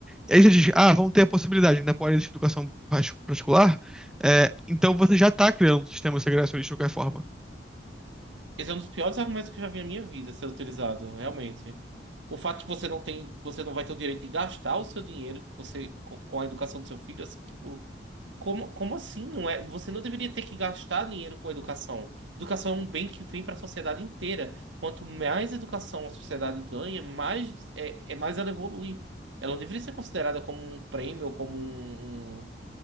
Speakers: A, in the centre; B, on the right.
A: E aí você diz, ah, vão ter a possibilidade, ainda pode existir educação parti- particular, É, então você já está criando um sistema segregacionista de qualquer forma.
B: Esse é um dos piores argumentos que eu já vi na minha vida ser utilizado, realmente. O fato de que você não tem, que você não vai ter o direito de gastar o seu dinheiro que você, com com a educação do seu filho, assim, tipo, Como, como assim? Não é, você não deveria ter que gastar dinheiro com educação. Educação é um bem que vem para a sociedade inteira. Quanto mais educação a sociedade ganha, mais é, é mais ela evolui. Ela não deveria ser considerada como um prêmio, ou como um, um,